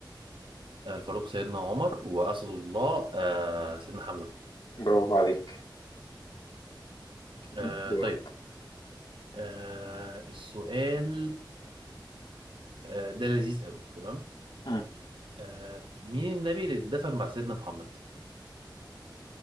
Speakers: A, on the right; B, on the left.
A: الفاروق سيدنا عمر وأسد الله آه، سيدنا حمزة
B: برافو عليك
A: آه،
B: دورك
A: طيب آه، السؤال آه، ده لذيذ قوي تمام
B: مم.
A: آه، مين النبي اللي اتدفن بعد سيدنا محمد